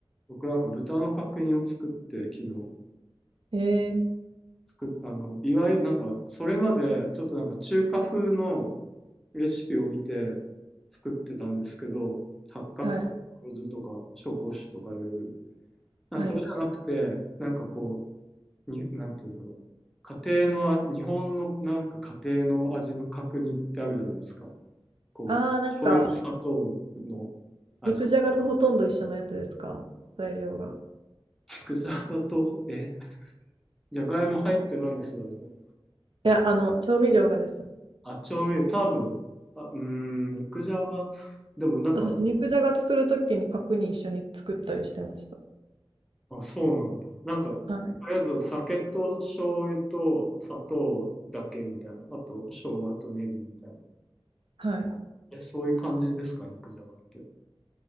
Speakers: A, in the centre; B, on the right.
A: 僕なんか豚の角煮を作って昨日。
B: えー、
A: 作っあの、いわゆるなんか、それまでちょっとなんか中華風のレシピを見て作ってたんですけど、八角とか黒酢とか紹興酒とかいろいろ。
B: はい、
A: なんかそれじゃなくて、
B: はい。
A: なんかこう、に、なんていうんだろう。家庭のあ、日本のなんか家庭の味の角煮ってあるじゃないですか。こう、
B: あー、なんか、
A: 醤油と砂糖の味。
B: 肉じゃがとほとんど一緒のやつですか材料が。
A: <laughs> 肉じゃがと、え、じゃがいも入ってないですよ、でも。
B: いや、あの、調味料がです。
A: あ、調味料、多分、あ、うーん、肉じゃが、でもなんか、
B: 私、肉じゃが作るときに角煮一緒に作ったりしてました。
A: あ、そうなんだ。なんか、とりあえず酒と醤油と砂糖だけみたいな。
B: はい。
A: あと、生姜とネギみたいな。
B: はい。
A: え、そういう感じですか、肉じゃがって。